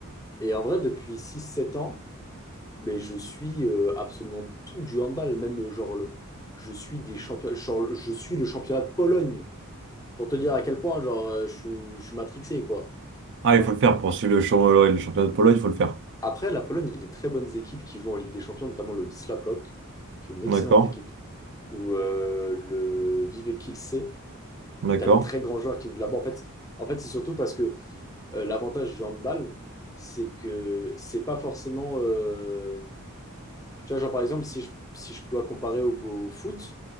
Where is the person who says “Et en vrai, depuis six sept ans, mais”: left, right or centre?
Left